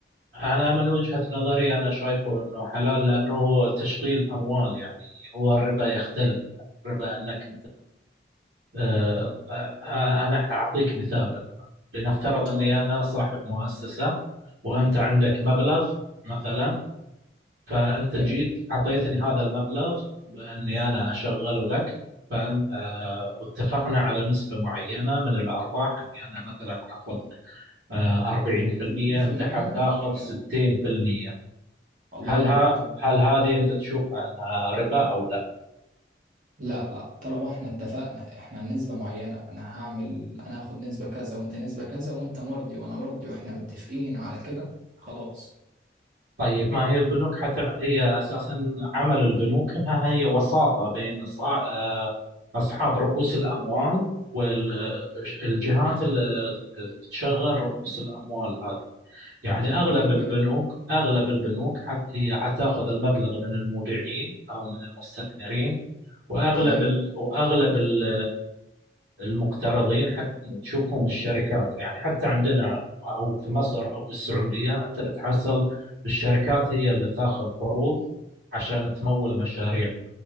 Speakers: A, on the right; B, on the right.
A: أنا من وجهة نظري أنا شايفه أنه حلال لأنه هو تشغيل أموال يعني هو الربا يختلف الربا أنك آه، آه، أنا حأعطيك مثال الآن لنفترض
B: اتفضل
A: أني أنا صاحب مؤسسة وأنت عندك مبلغ مثلا فأنت جيت
B: جميل
A: أعطيتني هذا المبلغ بأني أنا أشغله لك فأنت آه، واتفقنا على نسبة معينة من الأرباح أني أنا مثلا آخذ آه، 40%
B: 30%
A: أنت حتاخذ
B: حلو
A: 60%
B: الله
A: هل
B: ينور
A: ها
B: طب
A: هل هذه أنت تشوفها أنها ربا أو لا؟
B: لا لا طالما احنا اتفقنا احنا نسبة معينة انا هعمل انا هاخد نسبة كذا وانت نسبة كذا وانت مرضي وانا مرضي واحنا متفقين على كده خلاص
A: طيب ما هي البنوك حتى هي أساسا عمل البنوك أنها هي وساطة بين صا- آه، أصحاب رؤوس الأموال والجهات اللي تشغل رؤوس الأموال هذه يعني
B: طب
A: أغلب
B: جميل
A: البنوك
B: جدا
A: أغلب البنوك حت- هي حتاخذ المبلغ من المودعين أو من المستثمرين وأغلب
B: تمام
A: ال... وأغلب ال... المقترضين حتى تشوفهم الشركات يعني حتى عندنا او في مصر او في السعوديه انت بتحصل الشركات هي اللي تاخذ قروض عشان تمول مشاريع